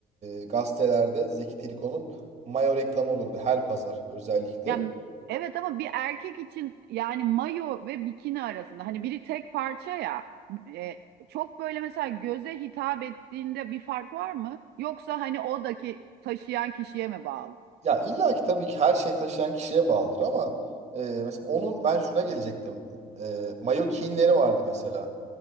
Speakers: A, on the right (about 40°); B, on the right (about 75°).
A: e, gazetelerde Zeki Triko'nun Mayo reklamı olurdu her pazar özellikle.
B: Yani evet ama bir erkek için yani mayo ve bikini arasında hani biri tek parça ya e, çok böyle mesela göze hitap ettiğinde bir fark var mı? Yoksa hani odaki taşıyan kişiye mi bağlı?
A: Ya illa ki tabii ki her şey taşıyan kişiye bağlıdır ama e, mesela onun ben şuna gelecektim. E, mayo kinleri vardı mesela.